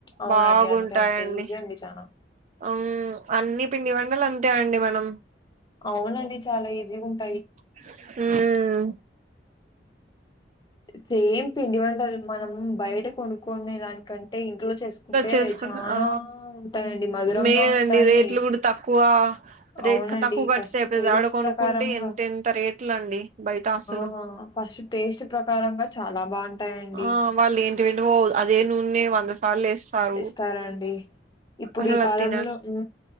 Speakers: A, on the left (about 25°); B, on the right (about 40°).
A: అవునండి.
B: బాగుంటాయండి
A: అంతే అంతే ఈజీ అండి చానా.
B: మ్ అన్ని పిండి వంటలు అంతే అండి మనం
A: అవునండి చాలా ఈజీ గా ఉంట
B: మ్
A: సేమ్ పిడివంటల్ మనం బయట కొనుకునె దానికి కం అయి ఇంట్లో చేసుకుంటే
B: చేసుకుంటా
A: చాలా
B: ఆ
A: ఉంటాయండి మధురంగా
B: మేలండి
A: ఉంటాయి
B: రేట్లు కూడా తక్కువ రేట్
A: అవునండి.
B: తక్కువ కొస్త
A: ఫస్ట్
B: <unintelligible>
A: టేస్ట్
B: ఆడ కొనుకుంటే
A: ప్రకారంగా
B: ఎంత ఎంత రేట్లుండి బయట అసలు
A: ఆ ఫస్ట్ టేస్ట్ ప్రకారంగా చాలా బావుం ఉంటాయండి
B: ఆ వాళ్ళు ఏంటివేంటివో అదే నూనె వంద సార్లు ఏస్తారు
A: ఇస్తారాండి ఇప్పుడు
B: అసలు
A: ఈ
B: అది
A: కాలంలో
B: తినాలి
A: ఉ